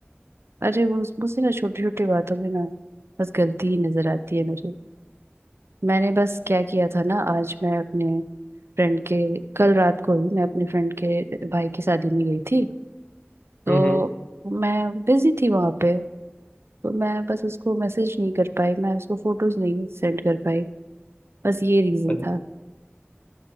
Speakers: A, on the right; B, on the left.
A: अरे वो मुझे ना छोटी छोटी बातों में ना बस गलती ही नजर आती है मेरी मैंने बस क्या किया था ना आज मैं अपने फ्रेंड के कल रात को ही मैं अपने फ्रेंड के भाई की शादी में गई थी तो
B: हम्म हम्म।
A: मैं बिजी थी वहां पे तो मैं बस उसको मैसेज नहीं कर पाई मैं उसको फोटोज नहीं सेंड कर पाई बस ये रीजन
B: अच-
A: था